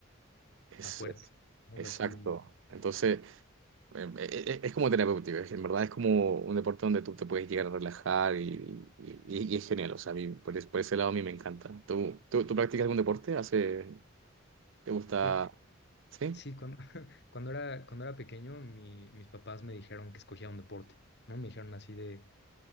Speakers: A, on the right (about 65°); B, on the left (about 55°).
A: es,
B: está fuerte.
A: es-
B: ¿no?
A: exacto.
B: O sea, sí,
A: Entonces, eh, eh, eh, Es como terapéutico, es- en verdad es como un deporte donde tú te puedes llegar a relajar y, y- y es genial, o sea, a mí por, es- por ese lado a mí me encanta. ¿Tú, tú, tú practicas algún deporte? ¿Hace, te gusta?
B: fíjate
A: ¿Sí?
B: Sí, cuando, <laughs> cuando era, cuando era pequeño, mi- mis papás me dijeron que escogiera un deporte, ¿no? Me dijeron así de,